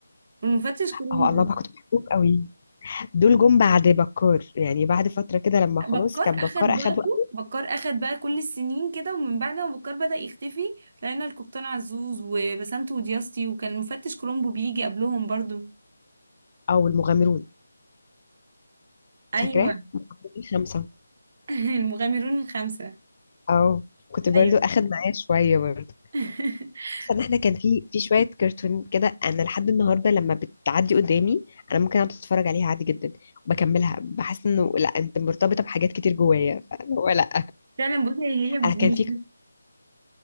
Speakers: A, on the right; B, on the left.
A: المفتش كولومبو
B: اهو الله بقى كنت بحبهم قوي دول جم بعد بكار يعني بعد فترة كده لما خلاص
A: بكار
B: كان
A: اخد
B: بكار أخد
A: وقته
B: وقته
A: بكار اخد بقى كل السنين كده ومن بعد ما بكار بدأ يختفي لقينا القبطان عزوز وبسنت ودياستي وكان المفتش كولومبو بيجي قبلهم برضو
B: أو المغامرون
A: ايوه
B: فاكراه؟ المغامرون خمسة
A: <laughs> المغامرون الخمسة
B: أو كنت برضو
A: ايوه
B: أخد معايا شوية برضو
A: <laughs>
B: بس ان احنا كان في في شويه كرتون كده انا لحد النهارده لما بتعدي قدامي انا ممكن اقعد اتفرج عليها عادي جدا وبكملها بحس انه لا انت مرتبطه بحاجات كتير جوايا فهو لا
A: فعلا بصي هي مش
B: انا كان في
A: بت...